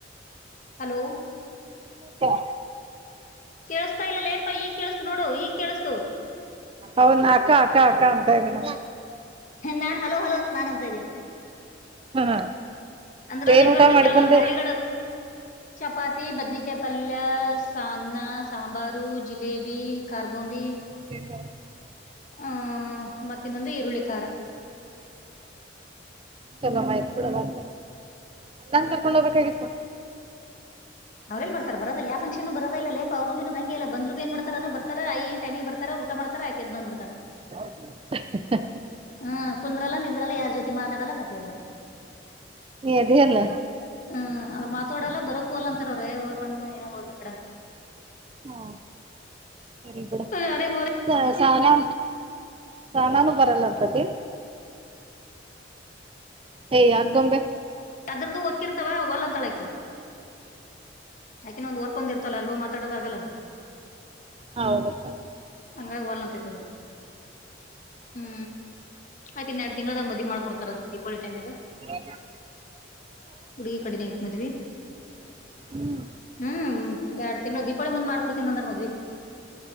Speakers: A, on the left; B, on the right.
A: ಹಲೋ
B: ಮತ್ತೆ.
A: ಕೇಳಸ್ತಾ ಇಲ್ಲ ಲೇಪಾ ಈಗ್ ಕೇಳಸ್ತು ನೋಡು ಈಗ್ ಕೇಳಸ್ತು.
B: ಅವನ್ ಅಕ್ಕಾ ಅಕ್ಕಾ ಅಕ್ಕಾ ಅಂತಾ ಇದಾನ.
A: ನಾನ್ ಹಲೋ ಹಲೋ ಅಂತ ನಾನ್ ಅಂತೆನಿ.
B: ಹ
A: ಅಂದ್ರ
B: ಏನ್
A: ನೆಟ್ವರ್ಕ್
B: ಊಟ ಮಾಡಿಬಂದಿ.
A: ಕೆಲವೊಂದ್ ಹಳ್ಳಿಗಳು ಚಪಾತಿ ಬದನೇ ಕಾಯಿ ಪಲ್ಯ ಸಾನ್ನ ಸಾಂಬಾರು ಜಲೇಬಿ ಖರ್ಬೂಂದಿ
B: <inaudible>
A: ಆ ಮತ್ತನ್ನೊಂದು ಈರುಳ್ಳಿ ಖಾರ.
B: ಶುಭ ಆಯ ಕಡ ನಂ <unintelligible> ಕರ್ಕೊಂಡ ಹೋಗಬೇಕಾಗಿತ್ತು
A: ಅವ್ರೇಲ್ ಬರ್ತ ಬರದಲ್ಲ ಯಾವ ಫಕ್ಷನ್ನು ಬರದೇ ಇಲ್ಲ ಲೇ ಅವರು ಬಿನು ಭಂಗ ಇಲ್ಲ ಬಂದ್ರು ಬಿ ಏ ಮಾಡತಾರ ಬರ್ತ ಐ ಟೈಮ ಬರ್ಾರ <unintelligible> ಊಟ ಮಾಡ್ತ ಆಗೆ ಎದ ಬಂದ್ ಬಿಡ್ತಾರ
B: ಹ <inaudible>
A: ಹ್ಮ್ ಕುಂದ್ರಲ್ಲ ನಿಂದ್ರಲ್ಲ ಯಾರ್ ಜೊತೆ ಮಾತಾಡಲ್ಲ ಕತಿಯಾಡಲ್ಲ
B: ನೀ ಅದೀ ಅಲ್ಲ
A: ಹ್ಮ್ ಅವ್ರುತಡಲ್ಲ ಬರೋಕ ಅಲ್ಲ ಅಂತಾರ ಅವ್ರೇ ಹೊರ್ ಬಂದಬ ಬಿಡು ನೀನೇ ಹೋಗ್ ಬಂದ್ ಬೀಡು ಅಂತಾರೆ
B: ಹಾ ಸರಿಬುಡು
A: ಅ ಅರೆೇ <unintelligible>
B: ಸ ಸಾನಾ ಸಾನಾನು ಬರಲ್ಲ ಅಂತತಿ <unintelligible> ಹೇ ಆಗೊಂಬೆ
A: ಅದ್ರದ್ದು ವರ್ಕ್ರ್ತವ ಒಲ ಅಂತಾಳ ಆಕಿ ಆಕಿನ <unintelligible> ಒಂದ್ರ್ಕೊಿರ್ತಲ್ಲ ಅ ಹಿತಡದ ಆಗಲ್ಲ
B: ಹ ಹೌದಪ್ಪಾ
A: ಹಂಗಾಗಿ ಹೊಲ್ ಅಂತೈತದು ಹ್ಮ್ ಆಕೀ ಇನ್ನ ಎರಡು ತಿಂಗಳದಾಗ ಮದ್ವೇ ಮಾಡ್ಕೊಡ್ತಾರಂತ ದೀಪಾವಳಿ ಟೈಮಾಗ
B: ಹ್ಮ
A: ಹುಡುಗಿ ಕಡೆೆಯ ಮದ್ವಿ
B: ಹ್ಮ್
A: ಹ್ಮ್ ಎರಡ್ ತಿಂಗಳು ದೀಪಾವಳಿ ಮುಂದ್ ಮಾಡ್ಕೊಡ್ತೀನ ಅಂದ್ರ ಮದ್ವಿ